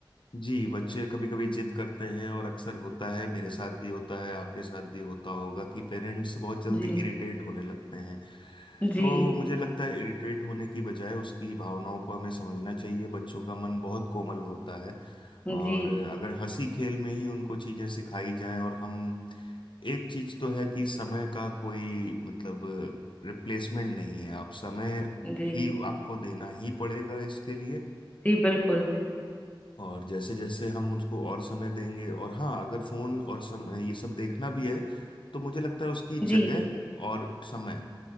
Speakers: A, on the left; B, on the left.
A: जी बच्चे कभी कभी जिद करते हैं और अक्सर होता है मेरे साथ भी होता है आपके साथ भी होता होगा कि पेरेंट्स बहुत जल्दी
B: जी
A: इरिटेट होने लगते हैं
B: जी
A: तो मुझे लगता है इरिटेट होने की बजाय उसकी भावनाओं को हमें समझना चाहिए बच्चों का मन बहुत कोमल होता है और
B: जी
A: अगर हंसी खेल में ही उनको चीजें सिखाई जाएं और हम एक चीज तो है कि समय का कोई मतलब रिप्लेसमेंट नहीं है आप समय
B: जी
A: ही आपको देना ही पड़ेगा इसके लिए
B: जी बिल्कुल
A: और जैसे जैसे हम उसको और समय देंगे और हाँ अगर फोन और समय ये सब देखना भी है तो मुझे लगता है उसकी
B: जी
A: जगह और समय